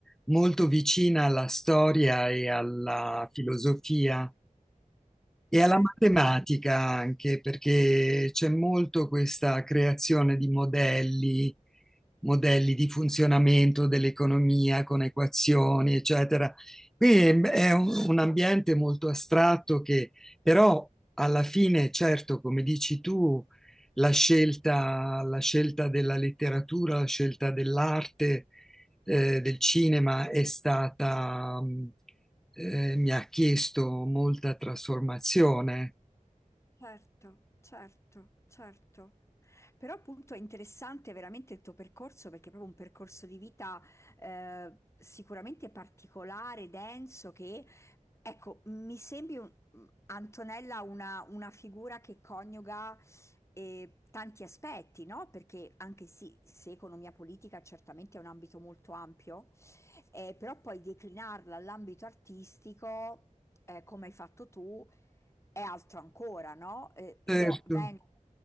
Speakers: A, in the centre; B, on the left.
A: molto vicina alla storia e alla filosofia E
B: certo,
A: alla matematica anche, perché c'è molto questa creazione di modelli, modelli di funzionamento dell'economia con equazioni, eccetera. Quindi è un, un ambiente molto astratto che però alla fine, certo, come dici tu, la scelta, la scelta della letteratura, la scelta dell'arte, eh, del cinema è stata... mh, eh, mi ha chiesto molta trasformazione,
B: certo, certo, certo. Però appunto è interessante veramente il tuo percorso perché è proprio un percorso di vita eh, sicuramente particolare, denso, che ecco, mi sembri un- Antonella una, una figura che coniuga eh, tanti aspetti, no? Perché anche sì, se economia politica certamente è un ambito molto ampio, eh, però poi declinarla all'ambito artistico, eh, come hai fatto tu, è altro ancora, no, ehm, io
A: certo.
B: vengo